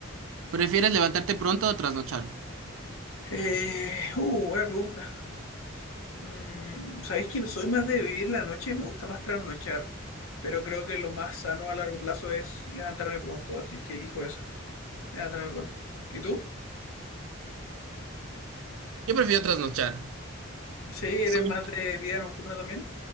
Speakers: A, on the right (about 75°); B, on the left (about 75°).
A: ¿prefieres levantarte pronto o trasnochar?
B: Eh, uh, buena pregunta. Mm, sabéis que soy más de vivir la noche, me gusta más trasnochar, pero creo que lo más sano a largo plazo es levantarme pronto, así que elijo esa, levantarme pronto. ¿Y tú?
A: Yo prefiero trasnochar.
B: Sí, eres
A: Soy,
B: más de vida nocturna también.